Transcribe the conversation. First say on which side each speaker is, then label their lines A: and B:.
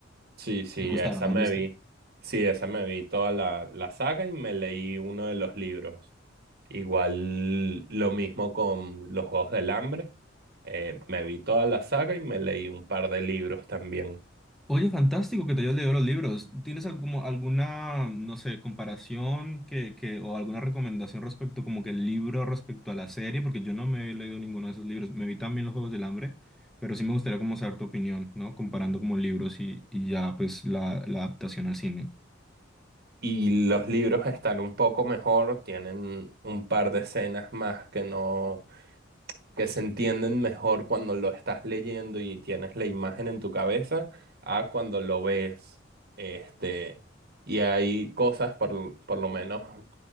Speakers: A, on the right (about 55°); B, in the centre.
A: sí, sí,
B: ¿Te gustaron?
A: esa
B: ¿Las
A: me
B: viste?
A: vi. Sí, esa me vi toda la, la saga y me leí uno de los libros. Igual lo mismo con Los Juegos del Hambre. Eh, me vi toda la saga y me leí un par de libros también.
B: Oye, fantástico que te hayas leído los libros. ¿Tienes algún alguna, no sé, comparación que, que, o alguna recomendación respecto, como que el libro respecto a la serie? Porque yo no me he leído ninguno de esos libros. Me vi también Los Juegos del Hambre, pero sí me gustaría como saber tu opinión, ¿no? Comparando como libros y, y ya pues la, la adaptación al cine.
A: Y los libros están un poco mejor, tienen un par de escenas más que no, que se entienden mejor cuando lo estás leyendo y tienes la imagen en tu cabeza a cuando lo ves. Este, y hay cosas, por, por lo menos